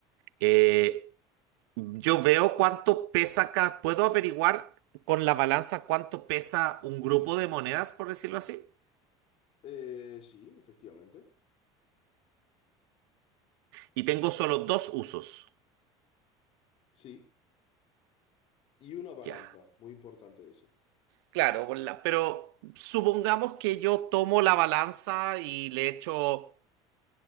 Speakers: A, on the right; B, on the left.
A: Eh, yo veo cuánto pesa acá. ¿Puedo averiguar con la balanza cuánto pesa un grupo de monedas, por decirlo así?
B: Eh, sí, efectivamente.
A: Y tengo solo dos usos.
B: Sí. Y una balanza,
A: Ya.
B: muy importante eso.
A: Claro, con la- pero supongamos que yo tomo la balanza y le echo...